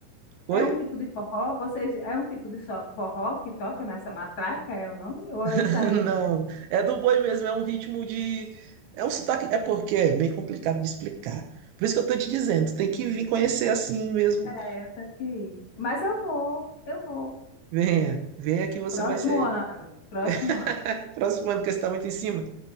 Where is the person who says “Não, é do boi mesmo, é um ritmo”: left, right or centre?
Right